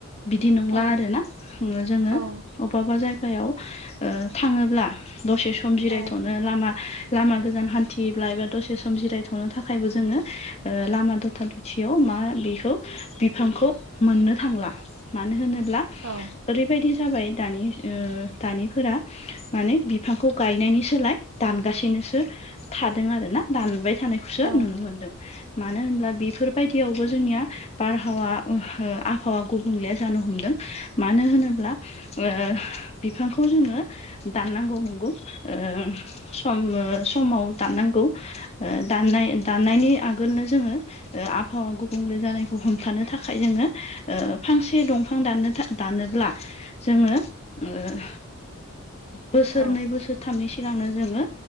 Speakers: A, on the left (about 30°); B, on the right (about 65°).
A: बिदि नंला
B: औ
A: आर ना जोङो
B: औ
A: अबावबा जायगायाव थाङोब्ला दसे सम जिरायथ'नो
B: औ
A: लामा लामा गोजान हान्थियोब्ला एबा दसे सम जिरायथ'नो थाखायबो जोङो लामा दथा खाथियाव मा बेखौ बिफांखौ मोननो थांला मानो होनोब्ला
B: औ
A: ओरैबायदि जाबाय दानि ओ दानिफोरा माने बिफांखौ गायनायनि सोलाय दानगासिनोसो थादों आरो ना दानबाय थानायखौसो
B: औ
A: नुनो मोनदों। मानो होनब्ला बेफोरबायदियावबो जोंनिया बारहावा ओहो आबहावा गुबुंले जानो हमदों मानो होनोब्ला ओह बिफांखौ जोङो दाननांगौ नंगौ ओम सम ओ समाव दाननांगौ ओह दाननाय दाननायनि आगोलनो जोङो ओह आबहावा गुबुंले जानायखौ हमथानो थाखाय जोङो ओह फांसे दंफां दाननो था दानोब्ला जोङो ओह बोसोरनै
B: औ
A: बोसोरथामनि सिगांनो जोङो